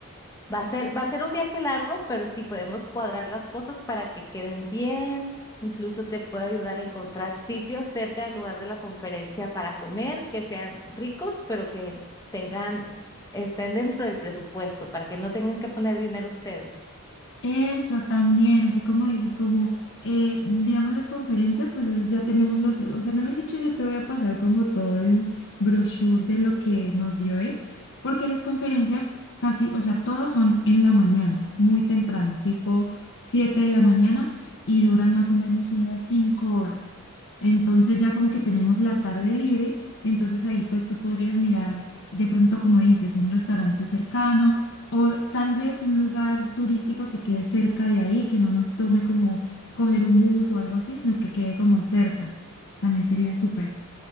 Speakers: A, on the left; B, on the left.
A: Va a ser, va a ser un viaje largo, pero sí podemos cuadrar las cosas para que queden bien. Incluso te puedo ayudar a encontrar sitios cerca del lugar de la conferencia para comer, que sean ricos, pero que tengan, estén dentro del presupuesto, para que no tengan que poner dinero ustedes.
B: Eso también, así como dices, como eh, digamos las conferencias, pues es- ya tenemos los, o sea, mejor dicho, yo te voy a pasar como todo el brochure de lo que nos dio él, porque las conferencias casi, o sea, todas son en la mañana, muy temprano, tipo 7 de la mañana y duran más o menos unas 5 horas. Entonces ya como que tenemos la tarde libre, entonces ahí pues tú podrías mirar de pronto, como dices, un restaurante cercano o tal vez un lugar turístico que quede cerca de ahí, que no nos tome como coger un bus o algo así, sino que quede como cerca. También sería súper.